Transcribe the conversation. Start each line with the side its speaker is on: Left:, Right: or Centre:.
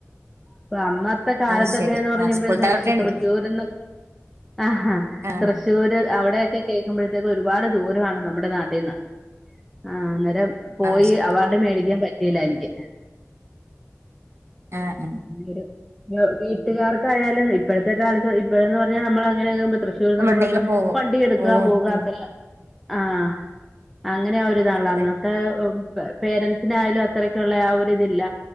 Centre: അപ്പ അന്ന ത്തെ കാലത്തൊക്കെന്ന്
Right: അത് ശരി
Centre: പറഞ്ഞ
Right: ആഹ് സ്കൂൾ
Centre: തൃശൂ
Right: തലവട്ടണ്ട്
Centre: തൃശൂര്ന്ന് ആഹ്
Right: ആഹ്
Centre: തൃശൂ തൃശൂർ അവിടെയൊക്കെ കേൾക്കുമ്പോഴത്തേക്ക ഒരുപാട് ദൂരമാണ് നമ്മുടെ നാട്ടിന്ന് ആഹ് അന്നേരം പോയി
Right: ആഹ്
Centre: അവാർഡ് മേടിക്കാൻ പറ്റിയില്ല എനിക്ക്
Right: ആഹ് ആഹ്
Centre: ഒരു വീട്ടുകാർക്കായാലും ഇപ്പോഴത്തെ കാലത്ത് ഇപ്പോഴന്ന് പറഞ്ഞാൽ നമ്മൾ അങ്ങനെ ആകുമ്പ തൃശ്ശൂർന്നൊക്കെ
Right: ഉണ്ടെങ്കിലും
Centre: പറയുമ്പോ
Right: പോവും
Centre: വണ്ടി എടുക്കാ
Right: ഓ
Centre: പോക
Right: പിന്നെ
Centre: അത്ര ആഹ് അങ്ങനെ ഒരിതാണല്ലോ
Right: അതെ
Centre: അന്നത്തെ പേരൻറ്സിനായാലും അത്രക്കു ള്ള ആ ഒരിതില്ല